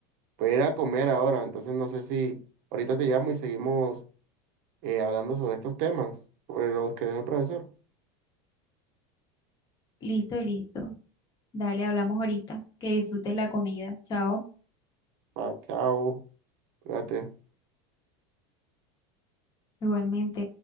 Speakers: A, on the right (about 55°); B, on the left (about 30°).
A: voy a ir a comer ahora. Entonces no sé si ahorita te llamo y seguimos eh, hablando sobre estos temas, sobre los que dejó el profesor.
B: Listo, listo. Dale, hablamos ahorita. Que disfrutes la comida. Chao.
A: Ah, chao, cuídate.
B: Igualmente.